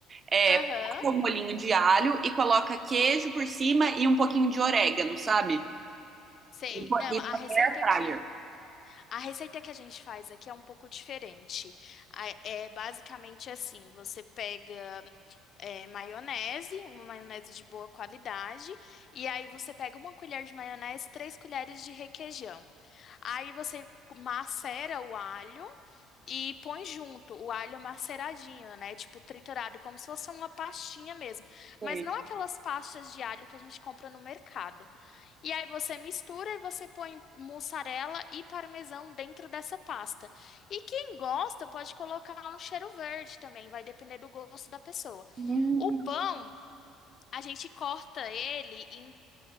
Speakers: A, on the right; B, on the left.
A: é,
B: Aham.
A: passo o molhinho de alho e coloca queijo por cima e um pouquinho de orégano, sabe?
B: Sei.
A: E põe
B: Não, a
A: e põe
B: receita
A: na air fryer.
B: que a receita que a gente faz aqui é um pouco diferente. A- É basicamente assim, você pega é, maionese, uma maionese de boa qualidade, e aí você pega uma colher de maionese, três colheres de requeijão. Aí você macera o alho e põe junto o alho maceradinho, né? Tipo triturado, como se fosse uma pastinha mesmo.
A: Sei.
B: Mas não aquelas pastas de alho que a gente compra no mercado. E aí você mistura e você põe mussarela e parmesão dentro dessa pasta. E quem gosta pode colocar um cheiro verde também, vai depender do gosto da pessoa.
A: Hum,
B: O pão, a gente corta ele em